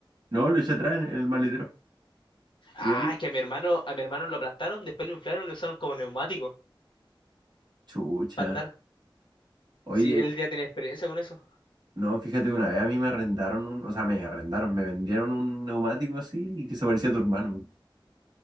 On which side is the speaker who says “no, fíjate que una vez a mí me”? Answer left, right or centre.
Right